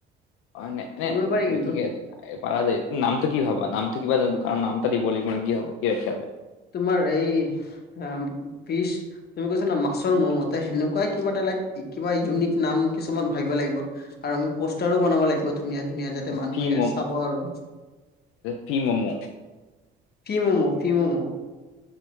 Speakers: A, on the left; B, on the left.
A: অই নাই নাই
B: কৰিব পাৰি
A: তুমি
B: কিন্তু
A: ঠিকে আছে। পাৰা যায় ত নামটো কি ভাবা নামটো কিবা এটা দখা নাম এটা দিব লাগিব নহয় কি ভাবা কি ৰাখা যায়।
B: তোমাৰ এই অঁ পিচ- তুমি কৈছা না মাছৰ মোমতে সেনেকুৱাই কিবা এটা লাইক কিবা ইউনিক নাম কিছুমান ভাবিব লাগিব। কাৰণ পোষ্টাৰো বনাব লাগিব তো। ধুনীয়া ধুনীয়া যাতে মানুহে
A: ফ্ৰী মম
B: চাব আৰু।
A: ফ্ৰী মম'
B: কি মোম, ফি মম'।